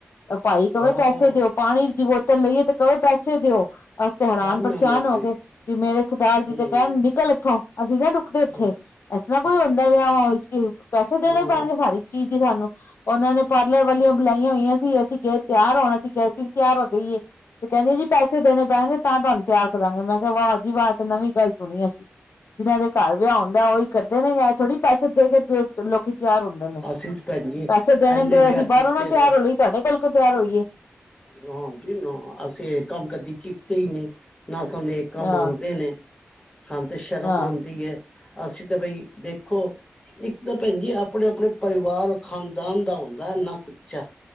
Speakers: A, on the left; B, on the left.
A: ਤਾਂ ਭਾਈ ਕਹਵੇ
B: ਵਾਹ
A: ਪੈਸੇ ਦਿਓ ਪਾਣੀ ਦੀ ਬੋਤਲ ਲਈ ਏ ਤੇ ਕਹਵੇ ਪੈਸੇ ਦਿਓ ਅਸੀ ਤੇ ਹੈਰਾਨ
B: ਹਾਂ ਮੈਂ
A: ਪਰੇਸ਼ਾਨ
B: ਮਰ
A: ਹੋ
B: ਗਈ
A: ਗਏ। ਕਿ ਮੇਰੇ ਸਰਦਾਰ ਜੀ
B: ਹਮ
A: ਤੇ ਕਹਿਣ ਨਿਕਲ ਇੱਥੋਂ ਅਸੀਂ ਨਾ ਰੁਕਦੇ ਇੱਥੇ।
B: ਹਾਂ
A: ਇਸ ਤਰ੍ਹਾਂ ਕੋਈ ਹੁੰਦਾ ਵਿਆਵਾਂ ਵਿਚ ਤੇ ਪੈਸੇ ਦੇਣੇ
B: ਹਾਂ
A: ਪੈਣਗੇ ਹਰ ਇੱਕ ਚੀਜ਼ ਦੇ ਸਾਨੂੰ ਉਹਨਾਂ ਨੇ ਪਾਰਲਰ ਵਾਲੀਆਂ ਬੁਲਾਈਆਂ ਹੋਈਆਂ ਸੀ ਅਸੀਂ ਗਏ ਤਿਆਰ ਹੋਣਾ ਅਸੀ ਕਿਹਾ ਅਸੀਂ ਵੀ ਤਿਆਰ ਹੋ ਜਾਈਏ ਤੇ ਕਹਿੰਦੇ ਜੀ ਪੈਸੇ ਦੇਣੇ ਪੈਣਗੇ ਤਾਂ ਤੁਵਨੂੰ ਤਿਆਰ ਕਰਾਂਗੇ ਮੈਂ ਕਿਹਾ ਵਾਹ ਜੀ ਵਾਹ ਐਹ ਤੇ ਨਵੀਂ ਗੱਲ ਸੁਣੀ ਏ। ਜਿਨਾਂ ਦੇ ਘਰ ਵਿਆਹ ਹੁੰਦਾ ਉਹੀ ਕਰਦੇ ਨੇ ਐਹ ਥੋੜੀ ਪੈਸੇ ਦੇ ਕੇ ਲੋਕੀ ਤਿਆਰ ਹੁੰਦੇ ਨੇ।
B: ਅਸੀ ਭੈਣ ਜੀ
A: ਪੈਸੇ ਦੇਣੇ
B: ਇੰਨੇ
A: ਨੇ ਤੇ
B: ਵਿਆਹ
A: ਅਸੀਂ ਬਾਹਰੋਂ
B: ਕੀਤੇ
A: ਨਾ
B: ਨੇ
A: ਤਿਆਰ ਹੋ ਲਈਏ ਤੁਵਾਡੇ ਕੋਲ ਕਯੋਂ ਤਿਆਰ ਹੋਈਏ?
B: ਨਾ ਜੀ ਨਾ, ਅਸੀਂ ਇਹ ਕੰਮ ਕਦੀ ਕੀਤੇ ਈ ਨੀ, ਨਾ ਸਾਨੂੰ ਇਹ ਕੰਮ
A: ਆਹ
B: ਆਂਦੇ ਨੇ। ਸਾਨ ਤੇ ਸ਼ਰਮ
A: ਆਹ
B: ਆਂਦੀ ਏ ਅਸੀਂ ਤਾਂ ਬਈ ਦੇਖੋ ਇੱਕ ਤਾਂ ਭੈਣ ਜੀ ਆਪਣੇ ਆਪਣੇ ਪਰਿਵਾਰ ਖਾਨਦਾਨ ਦਾ ਹੁੰਦਾ ਹੈ ਨਾਕ ਉੱਚਾ